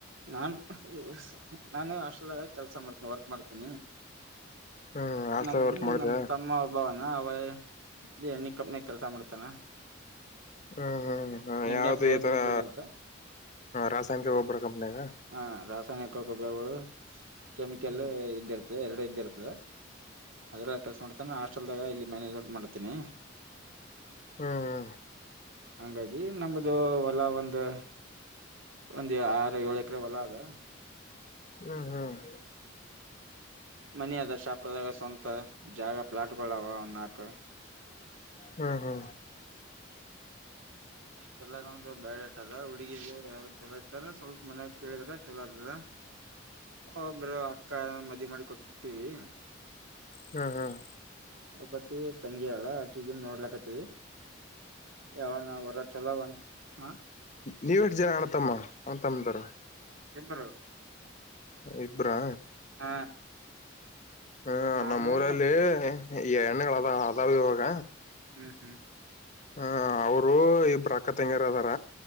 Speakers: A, on the right; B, on the left.
A: ನಾನು <unintelligible> ನಾನು ಹಾಷ್ಟಲ್ನಾಗ ಕೆಲ್ಸ ಮಾಡ್ತೀನಿ ವರ್ಕ್ ಮಾಡ್ತೀನಿ
B: ಹ್ಮ್ ಹಾಸ್ಟೆಲ್
A: ನಮ್
B: ವರ್ಕ್ ಮಾಡಿದ್ಯಾ
A: ನಮ್ ತಮ್ಮ ಒಬ್ಬವನಾ ಅವ ಇ ಎಣ್ಣಿ ಕಂಪನ್ಯಾಗ ಕೆಲಸ ಮಾಡ್ತಾನ
B: ಹ್ಮ್ ಹ್ಮ್ ಹ್ಮ್
A: ಇಂಡಿಯನ್
B: ಯಾವ್ದು
A: ಪ್ರೈವೇಟ್
B: ಈ ತರಾ
A: ಲಿಮಿಟೆಡ್ ಅಂತ
B: ರಾಸಾಯನಿಕ ಗೊಬ್ಬರ ಕಂಪನ್ಯಾಗಾ
A: ಹಾ ರಾಸಾಯನಿಕ ಗೊಬ್ಬರಗಳು ಕೆಮಿಕಲ್ಲ
B: ಹ್ಮ್
A: ಇದ್ದಿರ್ತ ಎರಡು ಇದ್ದೆ ಇರ್ತದೆ ಅದ್ರ ಕೆಲಸ ಮಾಡ್ತಾನೆ ಹಾಸ್ಟೆಲ್ದಾಗ ಇಲ್ಲಿ ಮ್ಯಾನೇಜ್ಮೆಂಟ್ ಮಾಡ್ತೇನಿ
B: ಹ್ಮ್ ಹ್ಮ ಹ.
A: ಹಂಗಾಗಿ ನಮ್ದು ಹೊಲ ಒಂದು ಒಂದು ಆರು ಏಳ ಎಕರೆ ಒಲಾ ಅದ
B: ಹ್ಮ್ ಹ್ಮ್.
A: ಮನ ಅದ ಶಾಪಾರದಾಗ ಸ್ವಂತ ಜಾಗ ಪ್ಲಾಟ್ ಗಳು ಅವ ಒಂದ ನಾಲ್ಕು
B: ಹ್ಮ್ ಹಾ.
A: ಇಷ್ಟೆಲ್ಲಾ ನಮ್ದು ಬಯಾಡಾಟ ಅದ ಹುಡುಗಿದ ಯಾರನ್ ಚುಲೋ ಇತ್ತದ ಸ್ವಲ್ಪ ಮನ್ಯಾಗ ಕೇಳಿದ್ರೆ ಚಲೋ ಇರ್ತದ. ಒಬ್ಬರು ಅಕ್ಕ ಮದ್ವಿ ಮಾಡಿ ಕೊಟ್ಬೀವಿ
B: ಹ್ಮ <unintelligible> ಹ್ಮ್ ಹ್ಮ್
A: ಒಬ್ಬಕಿ ತಂಗಿ ಅಳ ಆಕಿಗಿನ್ ನೋಡ್ಲಕ್ತವಿ ಯಾವನ ವರಾ ಚಲೋಂತ ಹ
B: ನೀವ ಎಷ್ಟು ಜನ ಅಣತಮ್ಮ ಅಂತಮ್ಮಂದರ
A: ಇಬ್ರು
B: ಇಬ್ರಾ
A: ಹ
B: ಹ
A: ನಾನೇನ್
B: ನಮ್ಮೂರಲ್ಲಿ
A: ನಮ್
B: ಈ ಎಣ್ಣಗಳು ಅದ ಅದಾವ ಇವಾಗ
A: ಹ್ಮ್ ಹ್ಮ್
B: ಹ ಅವರು ಇಬ್ಬ್ರ ಅಕ್ಕ ತಂಗಿಯಾರ ಅದಾರ